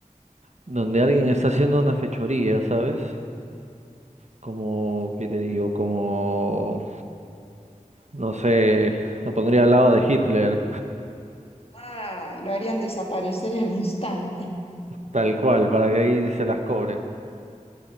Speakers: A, on the right; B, on the left.
A: donde alguien está haciendo una fechoría, ¿sabes? Como, ¿qué te digo? Como, no sé, lo pondría al lado de Hitler,
B: Ah, lo harían desaparecer en el instante. <laughs>
A: tal cual, para que ahí se las cobre.